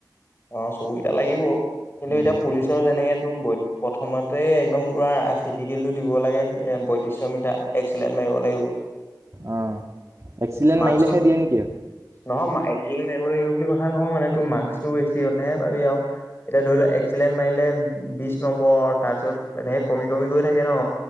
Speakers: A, on the left (about 30°); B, on the right (about 40°).
A: অ চকু কেইটা লাগিব কিন্তু
B: উম
A: এতিয়া
B: সেইটোৱে
A: পুলিচৰ যেনেকে তোৰ প্ৰথমত ত' একদম পুৰা ফিজিকেলটো দিব লাগে এ বয়ত্ৰিশ মিটাৰ এক্সিলেট মাৰিব লাগিব।
B: আহ, এক্সিলেণ্ট
A: মাৰ্কচটো
B: মাৰিলেহে দিয়ে নেকি অ,
A: নহয় একেলি মাৰিব লাগিব বুলি কথা নহয় মানে তোৰ মাৰ্কসটো বেছি হ'লেহে পাবি আৰু এতিয়া ধৰি লোৱা চিলেণ্ট মাৰিলে বিশ নম্বৰ তাৰপিছত এনেকে কমি কমি গৈ থাকে ন।